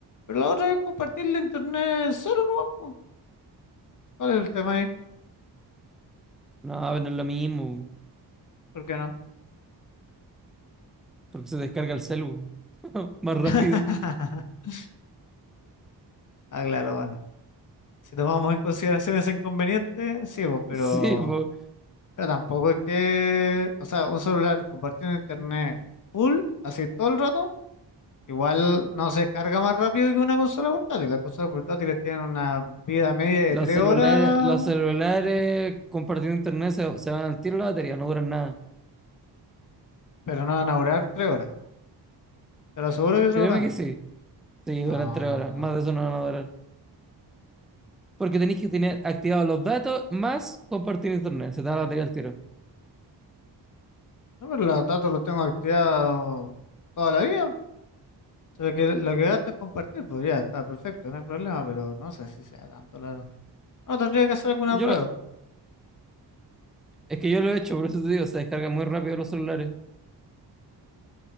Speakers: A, on the left; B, in the centre.
A: Pero la otra es compartir la internet solo, ¿no? ¿Cuál es el tema ahí?
B: No, pero no es lo mismo,
A: ¿Por qué no?
B: porque se descarga el celu <laughs> más rápido.
A: <laughs> Ah, claro, bueno. Si tomamos en consideración ese inconveniente, sí, pues, pero,
B: Sí, po.
A: pero tampoco es que, o sea, un celular compartiendo internet full, así todo el rato, igual no se carga más rápido que una consola portátil. Las consolas portátiles tienen una vida media de
B: Los
A: tres
B: celulares,
A: horas,
B: los celulares compartiendo internet se, se van al tiro la batería, no duran nada.
A: pero no van a durar tres horas. Te lo aseguro que tres
B: Créeme
A: horas no.
B: que sí. Sí, duran
A: No,
B: tres
A: no,
B: horas.
A: no.
B: Más
A: No,
B: de eso no van a durar. Porque tenéis que tener activados los datos más compartir internet. Se te va la batería al tiro.
A: No, pero los datos los tengo activados toda la vida. O sea, lo que lo que gasta es compartir, pues ya está perfecto, no hay problema, pero no sé si sea tanto, la verdad. No, tendría que hacer alguna
B: Yo
A: prueba.
B: lo- es que yo lo he hecho, por eso te digo, se descargan muy rápido los celulares.